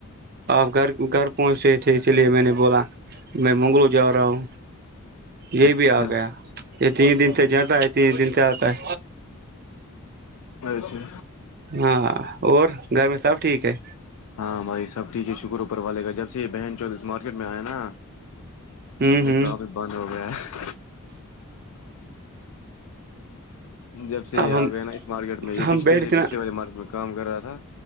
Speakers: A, on the right (about 45°); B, on the left (about 80°).
A: آپ گھر گھر پہنچ رہے تھے اسی لیے میں نے بولا میں منگلو جا رہا ہوں یہ
B: اچھا
A: بھی آ گیا یہ تین دن سے جاتا ہے تین دن سے آتا ہے
B: اچھے
A: ہاں اور گھر میں سب ٹھیک ہے
B: ہاں بھائی سب ٹھیک ہے شکر اوپر والے کا جب سے یہ بہن چودریس مارکیٹ میں آیا نا
A: ہوں
B: تبھی
A: ہوں
B: کااں بھی بند ہو گیا ہے جب سے یہ
A: اب
B: آ
A: ہم
B: گئے نا اس مارکیٹ میں یہے
A: ہم بیٹھ تھے نا
B: پچھلے والے مارکیٹ میں کام کر رہا تھا